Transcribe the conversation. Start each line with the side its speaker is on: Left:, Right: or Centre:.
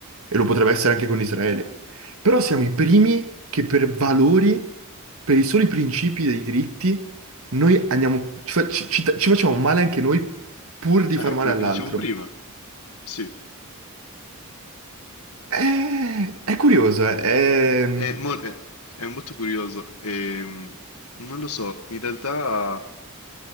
Right: e lo potrebbe essere anche con Israele. Però siamo i primi che per valori, per i soli principi dei diritti, noi andiamo, ci, fa- ci- ci- ci facciamo male anche noi pur di
Left: Eh,
Right: far male
Left: quello
Right: all'altro.
Left: che dicevo prima. Sì,
Right: È, è curioso, eh, è,
Left: è, mol- è- è molto curioso. Ehm, non lo so, in realtà